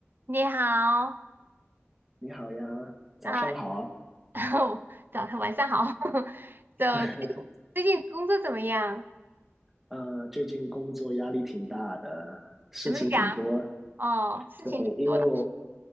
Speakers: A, on the right; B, in the centre.
A: 你好，
B: 你好呀，早上好。
A: 啊、<laughs> 早上晚上好。<laughs> So，
B: <laughs>
A: 最近最近工作怎么样？
B: 呃，最近工作压力挺大的，事情挺多。
A: 怎么讲？哦，事情挺多的。
B: 对，因为我